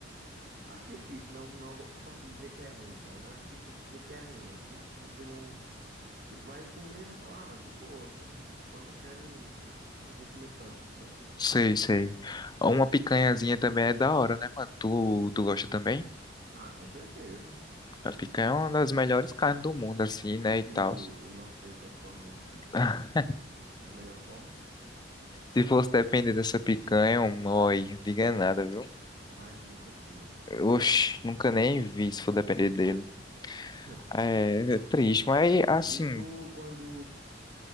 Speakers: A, on the right; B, on the left.
A: Acho difícil, não, não, go- tipo assim, dizer que é ruim, tá ligado? Acho difícil dizer que é ruim. Eu acho que se você não, tipo, vai comer, vai falar, ah, de boa, só não, só não quero, não, não vou comer tanto, entendeu?
B: sei, sei. Uma picanhazinha também é da hora, né, mano? Tu, tu gosta também?
A: Ah, com certeza.
B: A picanha é uma das melhores carnes do mundo, assim, né,
A: Aqui
B: e tal.
A: o, o nosso presidente fornece, né?
B: <laughs>
A: Da melhor forma,
B: Se fosse depender dessa picanha, é um oi, diga nada, viu?
A: mas nunca tinha.
B: Oxi, nunca nem vi se for depender dele.
A: <laughs>
B: É, é triste, mas assim,
A: E tu, quando